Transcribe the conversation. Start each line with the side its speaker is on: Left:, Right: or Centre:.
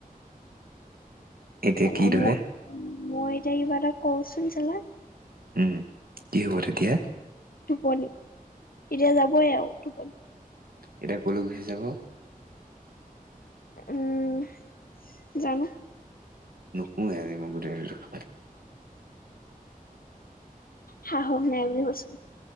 Right: এতিয়া
Left: চালা
Right: কি ধৰে
Left: ম মই এতিয়া কিবা এটা কওঁচোন চেলা
Right: উম কি হব তেতিয়া
Left: টোপনি এতিয়া যাবই আও টোপনি
Right: এতিয়া কলৈ গুছি যাব
Left: উম জানো
Right: নুশুৱে আজি মই গোটেই ৰাতিটো হ'ব দে
Left: সাহস নাই বুলি কৈছো